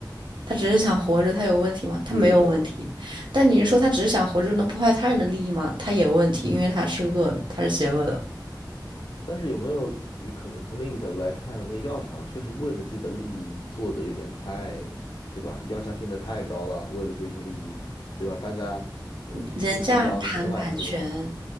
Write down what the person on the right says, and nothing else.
他只是想活着，他有问题吗？他没有问题。
但你是说他只是想活着能破坏他人的利益吗？他也有问题，因为他是恶的，他是邪恶的。
人家谈版权，